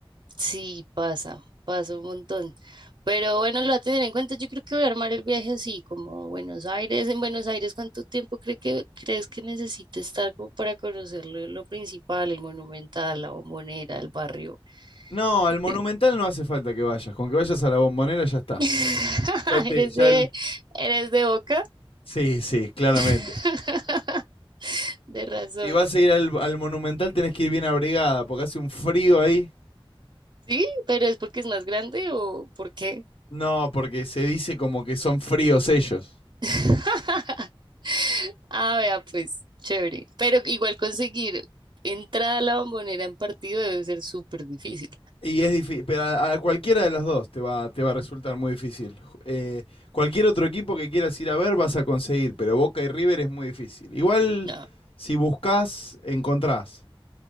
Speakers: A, on the right; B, on the left.
A: Sí, pasa, pasa un montón. Pero bueno, lo voy a tener en cuenta. Yo creo que voy a armar el viaje así, como Buenos Aires. En Buenos Aires, ¿cuánto tiempo cree que, crees que necesite estar como para conocer lo, lo principal, el Monumental, la Bombonera, el barrio?
B: No, al
A: De-
B: Monumental no hace falta que vayas. Con que vayas a la Bombonera ya está.
A: <laughs>
B: Ya te,
A: ¿Eres
B: ya
A: de,
B: el...
A: eres de Boca?
B: Sí, sí, claramente.
A: <laughs> De razón.
B: Si vas a ir al, al Monumental tenés que ir bien abrigada porque hace un frío ahí.
A: ¿Sí? ¿Pero es porque es más grande o por qué?
B: No, porque se dice como que son fríos ellos.
A: <laughs> Ah, vea, pues, chévere. Pero igual conseguir entrada a la Bombonera en partido debe ser súper difícil.
B: Y es difícil, pero a, a cualquiera de las dos te va, te va a resultar muy difícil. Eh, cualquier otro equipo que quieras ir a ver vas a conseguir, pero Boca y River es muy difícil. Igual,
A: No,
B: si buscas, encontrás.